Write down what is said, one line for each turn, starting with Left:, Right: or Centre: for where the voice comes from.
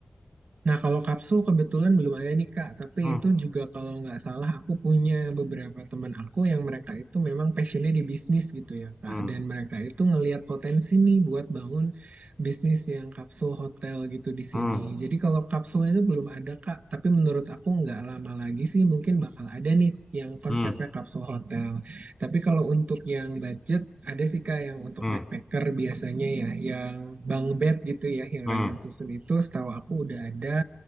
Right: Nah, kalau kapsul kebetulan belum ada nih Kak, tapi
Left: Hmm,
Right: itu juga kalau nggak salah aku punya beberapa teman aku yang mereka itu memang passionnya di bisnis gitu ya Kak,
Left: hmm,
Right: dan mereka itu ngelihat potensi nih buat bangun bisnis yang kapsul hotel gitu di sini.
Left: hmm,
Right: Jadi kalau kapsul itu belum ada Kak, tapi menurut aku nggak lama lagi sih mungkin bakal ada nih yang konsepnya
Left: hmm,
Right: kapsul hotel. Tapi kalau untuk yang budget, ada sih Kak yang untuk
Left: hmm,
Right: backpacker biasanya ya, yang bunk bed gitu ya, yang
Left: hmm,
Right: ranjang susun itu setahu aku udah ada.